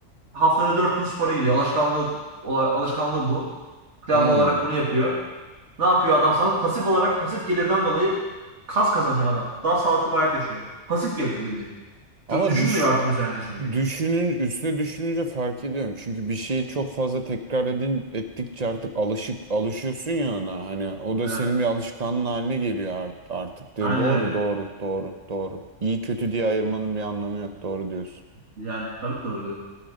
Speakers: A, on the right; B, on the right.
A: Haftada dört gün spora gidiyor. Alışkanlığı, alışkanlığı bu. Planlı
B: Hmm.
A: olarak bunu yapıyor. Ne yapıyor adam sana? Pasif olarak pasif gelirden dolayı kas kazanıyor adam. Daha sağlıklı bir hayat yaşıyor. Pasif gelir bildiğin.
B: Ama
A: Çok düşünmüyor
B: düş
A: artık üzerine çünkü.
B: Düşünün, üstüne düşününce fark ediyorum. Çünkü bir şeyi çok fazla tekrar edin, ettikçe artık alışık alışıyorsun ya ona. Hani o da
A: Evet.
B: senin bir alışkanlığın haline geliyor art- artık diye.
A: Aynen
B: Doğru,
A: öyle.
B: doğru, doğru, doğru. İyi kötü diye ayırmanın bir anlamı yok. Doğru diyorsun.
A: Yani tabii ki doğru diyor.